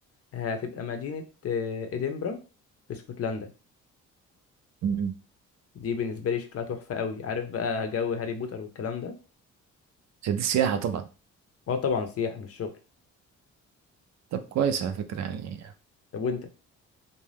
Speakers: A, on the left (about 50°); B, on the right (about 60°).
A: هتبقى مدينه آه، ادنبرا في اسكتلندا
B: امم
A: دي بالنسبه لي شكلها تحفه قوي عارف بقى جو هاري بوتر والكلام ده
B: دي سياحه طبعا
A: هو طبعا سياحه مش شغل
B: طب كويس على فكره يعني
A: طب وانت